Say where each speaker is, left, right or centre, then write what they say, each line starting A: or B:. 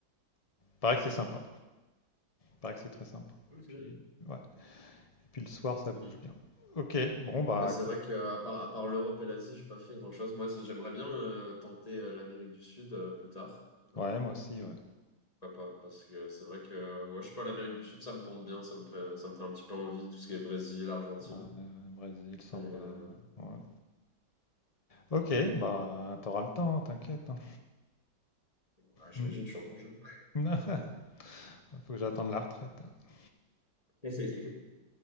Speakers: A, on the left; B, on the left.
A: Paraît que c'est
B: Mm.
A: sympa. Paraît que c'est très sympa.
B: Ok.
A: Et puis, ouais. Et puis le soir, ça bouge
B: Mm.
A: bien. Ok, bon, bah
B: Mais c'est
A: écoute.
B: vrai qu'à part, à part l'Europe et l'Asie, j'ai pas fait grand-chose. Moi, c'est- j'aimerais bien euh, tenter euh, l'Amérique du Sud euh, plus tard.
A: Ouais,
B: Euh,
A: moi aussi, ouais.
B: pourquoi pas? Parce que c'est vrai que, ouais, je sais pas, l'Amérique du Sud, ça me tombe bien. Ça me fait, ça me fait un petit peu envie, tout ce qui est Brésil, Argentine.
A: Ouais, ouais, ouais, Brésil, samba.
B: Euh,
A: ouais. Ok, bah t'auras le temps, t'inquiète. hein.
B: ouais, j'imagine,
A: Hmm.
B: je suis encore jeune.
A: <laughs> Faut que j'attende la retraite. hein.
B: <laughs>